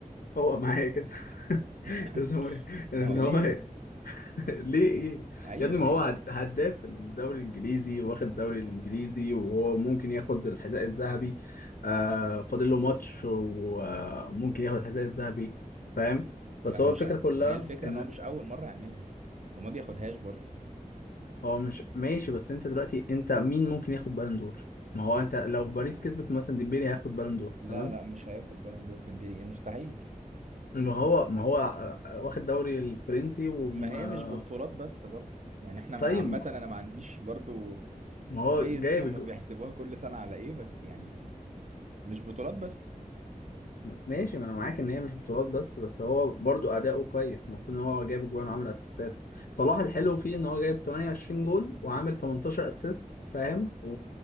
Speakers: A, on the left; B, on the right.
A: هو معايا كده <laughs>
B: <laughs>
A: اسمه ايه ان
B: ما هو ليه
A: هو <laughs> ليه ايه
B: ايوه
A: يا ابني ما
B: ليه
A: هو هد- هداف في الدوري الانجليزي واخد الدوري الانجليزي وهو ممكن ياخد الحذاء الذهبي آه فاضل له ماتش وممكن ياخد الحذاء الذهبي فاهم بس
B: ما
A: هو
B: هو مش
A: الفكره
B: ع-
A: كلها
B: ما هي الفكره
A: ان
B: ان هو مش اول مره يعملها وما بياخدهاش برضه
A: هو مش ماشي بس انت دلوقتي انت مين ممكن ياخد بالون دور ما هو انت لو باريس كسبت مثلا ديمبلي هياخد بالون دور
B: لا
A: تمام
B: لا مش هياخد بالون دور ديمبلي ايه مستحيل
A: ما هو ما هو آه، واخد دوري الفرنسي وما
B: ما هي مش ببطولات بس برضه يعني احنا
A: طيب
B: مع- عامه انا ما عنديش برضه
A: ما هو
B: بيز
A: جايب
B: هم
A: الجو-
B: بيحسبوها كل سنه على ايه بس يعني مش بطولات بس
A: ماشي ما انا معاك ان هي مش بطولات بس بس هو برضو اداؤه كويس المفروض ان هو جايب جوان وعامل اسيستات صلاح الحلو فيه ان هو جايب 28 جول وعامل 18 اسيست فاهم و...